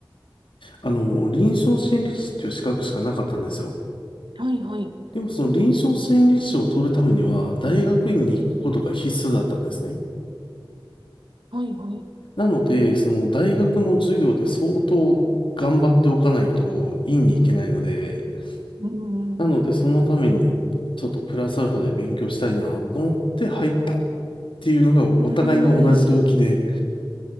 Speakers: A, on the left; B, on the right.
A: あの、臨床心理師っていう資格しかなかったんですよ。
B: はい、はい。
A: でもその臨床心理師を取るためには、大学院に行くことが必須だったんですね。
B: はいはい。
A: なので、その大学の授業で相当頑張っておかないと院に行けないので、
B: うー
A: なのでそのためにちょっとプラスアルファで勉強したいなと思って入ったっ
B: ん。
A: ていうのがお互いの同じ動機で、
B: うーん。